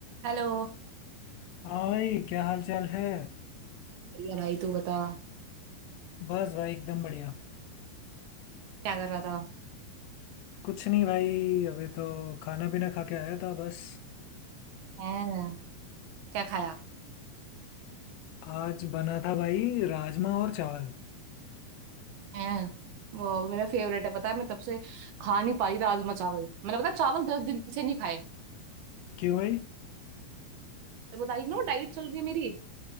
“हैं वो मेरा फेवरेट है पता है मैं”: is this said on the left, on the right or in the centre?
Right